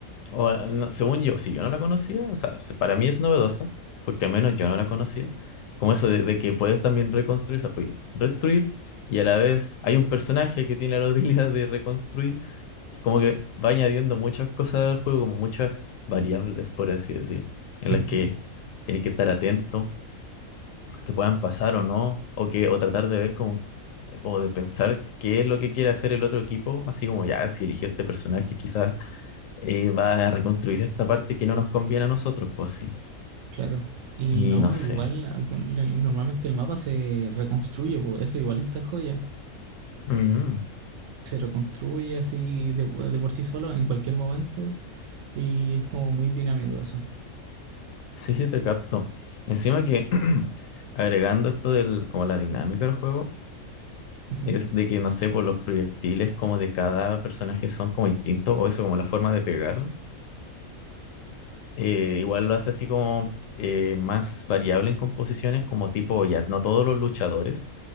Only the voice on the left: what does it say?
O, no, según yo, si yo no la conocía, o sea, se- para mí es novedosa, porque al menos yo no la conocía, como eso de, de que puedes también reconstruir, o sea, puedes destruir y a la vez hay un personaje que tiene la <laughs> utilidad de reconstruir, como que va añadiendo muchas cosas al juego, como muchas variables, por así decir, en
las que tienes que estar atento que puedan pasar o no, o que, o tratar de ver como, eh, o de pensar qué es lo que quiere hacer el otro equipo, así como ya, si eligió este personaje, quizás eh, va a reconstruir esta parte que no nos conviene a nosotros, pues así.
Y
no sé.
Mm,
sí, sí, te capto. Encima que <clears throat> agregando esto del, como la dinámica del juego,
es de que, no sé, por los proyectiles como de cada personaje son como distintos, o eso como la forma de pegar, eh, igual lo hace así como eh, más variable en composiciones, como tipo, ya, no todos los luchadores,